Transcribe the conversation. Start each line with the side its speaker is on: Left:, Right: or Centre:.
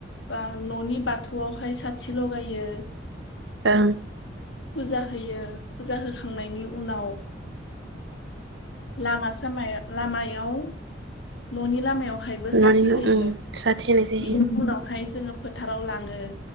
Left: बा न'नि बाथौआवहाय साथि लगायो।
Right: ओं
Left: फुजा होयो फुजा होखांनायनि उनाव लामा सामाया लामायाव न'नि लामायाव हायबो साथि
Right: न'नि
Left: होयो
Right: ओं साथि होनाय जायो
Left: बेनि उनावहाय जोंङो फोथाराव लाङो